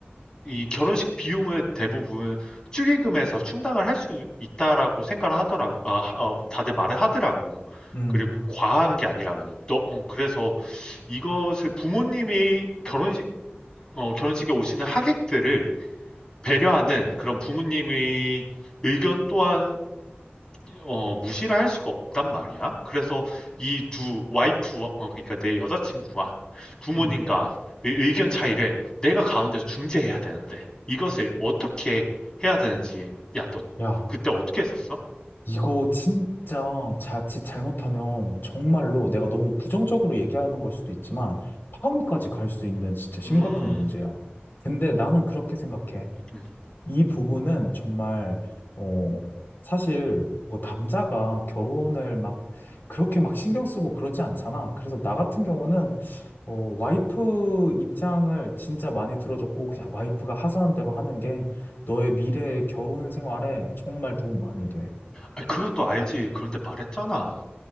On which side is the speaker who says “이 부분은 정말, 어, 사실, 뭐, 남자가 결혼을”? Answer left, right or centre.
Left